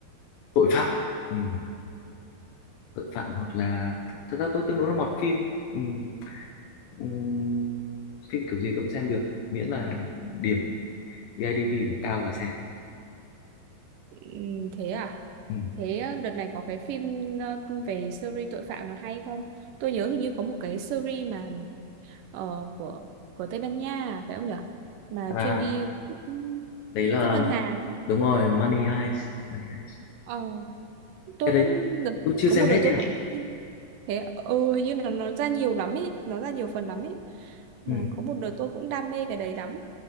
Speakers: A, on the left; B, on the right.
A: tội phạm, Ừm, tội phạm hoặc là th thật ra tôi tương đối là mọt phim, Ừm, ừm, phim kiểu gì tôi cũng xem được, miễn là điểm bê i BIDV của cao là xem.
B: Ừm, thế à?
A: Ừm.
B: Thế ờ, đợt này có cái phim ờ, về series tội phạm nào hay không? Tôi nhớ hình như có một cái series mà ờ, của của Tây Ban Nha à, phải không nhở? Mà
A: À,
B: chuyên đi ừm,
A: đấy là
B: cướp ngân hàng.
A: đúng rồi, Money Heist, Money Heist.
B: Ờ, tôi
A: Cái đấy
B: cũng đợt-
A: tôi chưa
B: có
A: xem
B: một đợt
A: hết
B: tôi
A: nha.
B: cũng thế ừ, hình như là nó ra nhiều lắm ấy, nó ra nhiều phần lắm ấy. Mà
A: Ừ.
B: có một đợt tôi cũng đam mê cái đấy lắm.